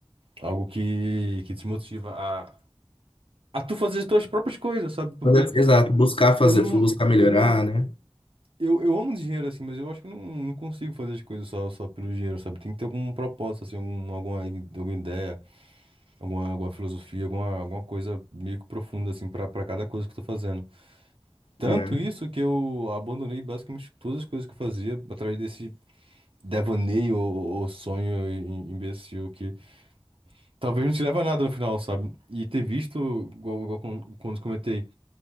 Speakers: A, on the right; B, on the left.
A: Algo que, que te motiva a, a tu fazer as tuas próprias coisas, sabe? Porque
B: Mas, é- exato, buscar fazer,
A: eu não,
B: buscar melhorar,
A: eu não
B: né?
A: Eu, eu amo dinheiro, assim, mas eu acho que eu não, não consigo fazer as coisas só, só pelo dinheiro, sabe? Tem que ter algum propósito, assim, algum, alguma, i- alguma ideia, alguma, alguma filosofia, alguma, alguma coisa meio que profunda, assim, pra, pra cada coisa que eu tô fazendo. Tanto
B: É.
A: isso que eu abandonei basicamente todas as coisas que eu fazia atrás desse devaneio ou, ou sonho im- imbecil que talvez não te leva a nada no final, sabe? E ter visto, igual, igual com- quando comentei,